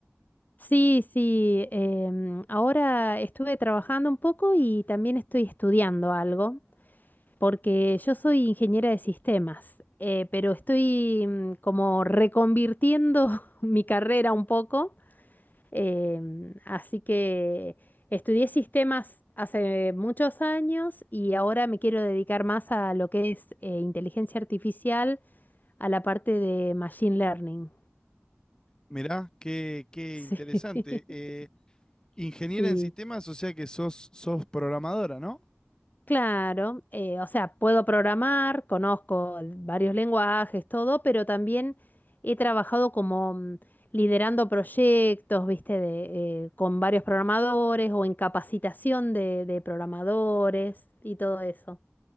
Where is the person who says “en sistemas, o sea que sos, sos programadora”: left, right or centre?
Left